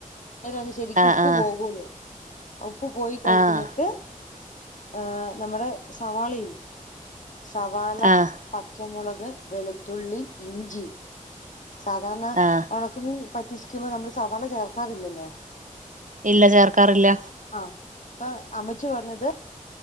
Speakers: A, on the left; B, on the right.
A: നേര ഒന്ന് ശരിക്കും
B: ആഹ്
A: ഉപ്പ്
B: ആഹ്
A: പോകുള്ളൂ ഉപ്പ് പോയി കഴിഞ്ഞിട്ട്
B: ആഹ്
A: ഏഹ് നമ്മുടെ സവാളയില്ലെ സവാള
B: ആഹ്
A: പച്ചമുളക് വെളുത്തുള്ളി ഇഞ്ചി സാധാരണ
B: ആഹ്
A: ഉണക്ക് ണക്കമീൻ പറ്റിച്ചിരിക്കുമ്പോ നമ്മള് സാധാരണ ചേർക്കാറില്ലല്ലോ
B: ഇല്ല ചേർക്കാറില്ല
A: ആഹ് അമ്മച്ചു പറഞ്ഞത്